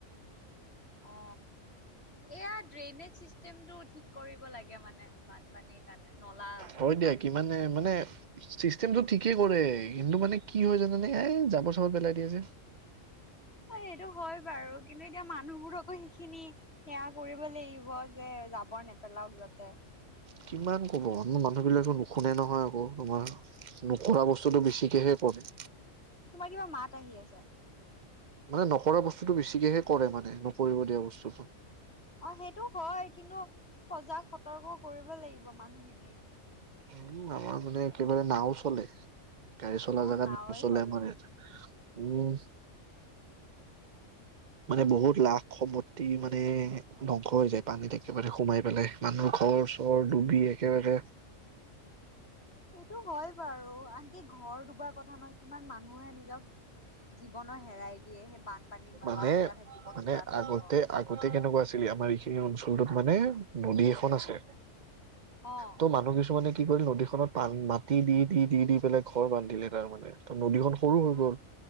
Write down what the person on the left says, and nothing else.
অ এয়া ড্ৰেইনেজ চিষ্টেমটো ঠিক কৰিব লাগে মানে বান পানীৰ কাৰণে নলা,
পানী
খিনি
অ', সেইটো হয় বাৰু, কিন্তু এতিয়া মানুহবোৰ আকৌ সেইখিনি সেয়া কৰিব লাগিব যে যাব নেপেলাওঁক যাতে।
তোমাৰ কিবা মাত আহি আছে।
অ', সেইটো হয় কিন্তু, সজাগ সতৰ্ক কৰিব লাগিব মানুহখিনিক।
অ
নাওৱে
চলে
নেকি
সেইটো হয় বাৰু, আনকি ঘৰ ডুবাৰ কথা নহয় কিমান মানুহে নিজক জীৱনৰ হেৰাই দিয়ে, সেই বানপানীৰ নলা
খোলা থাকিব
কিবা থাকিব
অ'।